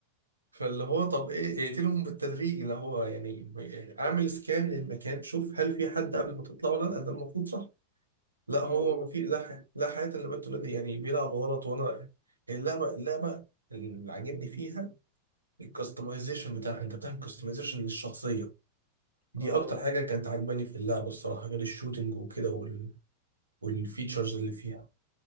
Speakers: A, on the right (about 80°); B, on the left (about 45°).
A: فاللي هو طب ايه اقتلهم بالتدريج اللي هو يعني اعمل سكان للمكان شوف هل في حد قبل ما تطلع ولا لا ده المفروض صح لا هو
B: ما هو
A: ما في لا حياة لا حياة للبنت دي يعني بيلعب غلط وانا اللعبة اللعبة اللي عاجبني فيها الكستمايزيشن بتاعها انت بتعمل كستمايزيشن للشخصية دي
B: اه
A: اكتر حاجة كانت عاجباني في اللعبة الصراحة غير الشوتينج وكده وال... والفيتشرز اللي فيها